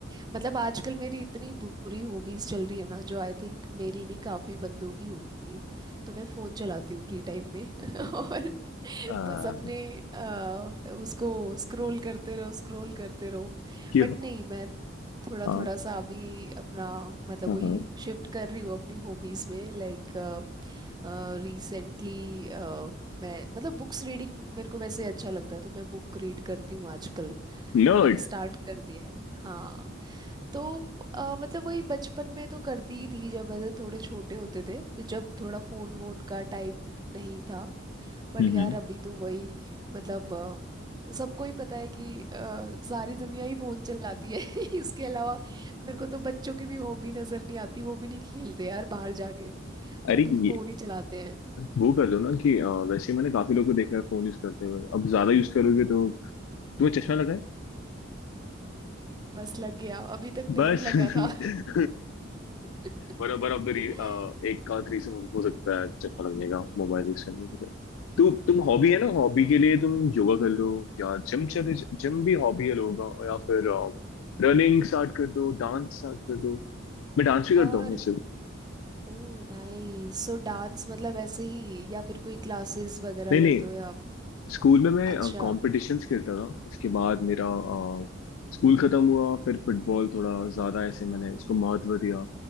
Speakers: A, on the right; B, on the left.
A: मतलब आजकल मेरी इतनी बुरी हॉबीज चल रही है ना जो आई थिंक मेरी नहीं काफी बंदों की होगी तो मैं फोन चलाती हूँ फ्री टाइम में <laughs> और
B: आ,
A: बस अपने अ, उसको स्क्रॉल करते रहो स्क्रॉल करते रहो
B: क्यों
A: बट नहीं मैं थोड़ा
B: हाँ
A: थोड़ा सा अभी अपना मतलब
B: हाँ
A: वही
B: हाँ
A: शिफ्ट कर रही हूँ अपनी हॉबीज में लाइक रिसेंटली मैं मतलब बुक्स रीडिंग मेरे को वैसे अच्छा लगता है तो मैं बुक रीड करती हूँ आजकल
B: नर्ड
A: मैंने स्टार्ट कर दिया है हाँ तो अ, मतलब वही बचपन में तो करती ही थी जब ऐसे थोड़े छोटे होते थे तो जब थोड़ा फोन वोन का टाइम नहीं था बट
B: हम्म
A: यार अभी तो वही मतलब अ, सबको ही पता है कि अ, सारी दुनिया ही फोन चलाती है <laughs> इसके अलावा मेरे को तो बच्चों की भी हॉबी नजर नहीं आती वो भी नहीं खेलते यार बाहर जाके वो
B: अरे
A: भी फोन
B: ये
A: ही चलाते हैं
B: वो कर लो ना कि अ, वैसे मैंने काफी लोगों को देखा है फोन यूज करते हुए अब ज्यादा यूज करोगे तो तुम्हें चश्मा लगा है
A: बस लग गया अभी तक
B: बस
A: नहीं लगा
B: <laughs>
A: था <laughs>
B: वन ऑफ ऑफ द एक आध रीजन हो सकता है चश्मा लगने का मोबाइल यूज करने के लिए तो तुम हॉबी है ना हॉबी के लिए तुम योगा कर लो या जिम चले जिम भी हॉबी है लोगों का या फिर रनिंग स्टार्ट कर दो डांस स्टार्ट कर दो मैं डांस भी करता
A: हाँ
B: हूँ वैसे
A: Oh nice सो डांस मतलब ऐसे ही या फिर कोई क्लासेस वगैरह
B: नहीं
A: लेते
B: नहीं
A: हो या आप?
B: स्कूल में मैं
A: अच्छा
B: कॉम्पिटिशन्स खेलता था उसके बाद मेरा अ, स्कूल खत्म हुआ फिर फुटबॉल थोड़ा ज़्यादा ऐसे मैंने उसको महत्व दिया